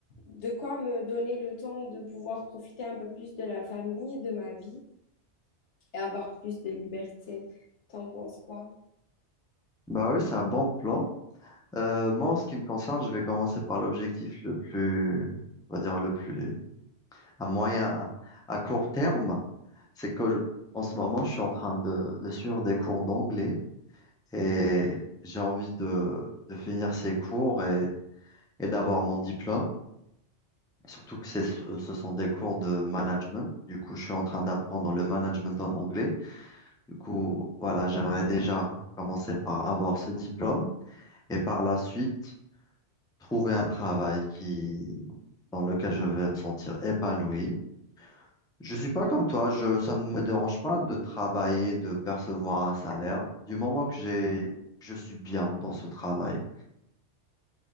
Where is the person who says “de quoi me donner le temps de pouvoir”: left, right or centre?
Left